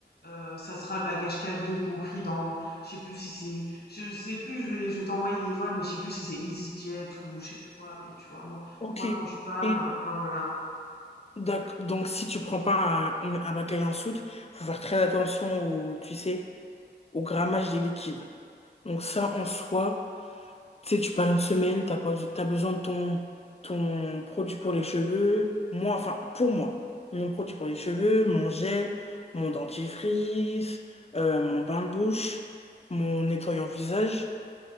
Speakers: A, on the left; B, on the left.
A: euh, ça sera le bagage cabine compris dans, je sais plus si c'est, je sais plus, je vais, je vais t'envoyer les vols, mais je sais plus si c'est EasyJet ou je sais plus quoi, mais tu vois, moi,
B: Ok.
A: moi quand je pars,
B: Et
A: euh, enfin voilà.
B: D'ac- Donc, si tu prends pas un, une- un baccalauréat en soude, faut faire très attention au, tu sais, au grammage des liquides. Donc ça, en soi, tu sais, tu pars une semaine, t'as pas, t'as besoin de ton, ton produit pour les cheveux. Moi, enfin, pour moi, mon produit pour les cheveux, mon gel, mon dentifrice, euh, mon bain de bouche, mon nettoyant visage